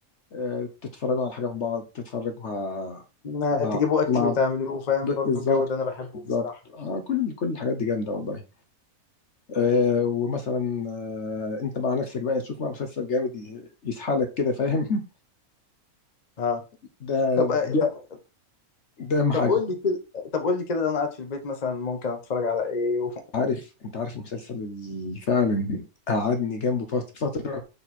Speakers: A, on the left (about 55°); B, on the left (about 30°).
A: آه، تتفرجوا على حاجة من بعض تتفرجوا مع
B: <laughs> ما
A: مع
B: تجيبوا اكل
A: مع-
B: وتعملوه فاهم
A: ب-
B: برضو
A: بالظبط
B: الجو ده انا بحبه
A: بالظبط
B: بصراحه
A: آه كل كل الحاجات دي جامدة والله آه ومثلا آه انت مع نفسك بقى تشوف مع مسلسل جامد ي- يسحلك كده فاهم
B: اه
A: <laughs> ده
B: طب
A: ده
B: طب
A: ده اهم حاجه
B: طب قول لي كده طب قول لي كده ده انا قاعد في البيت مثلا ممكن اتفرج على ايه و...
A: عارف انت عارف المسلسل اللي فعلا قعدني جنبه فت- فتره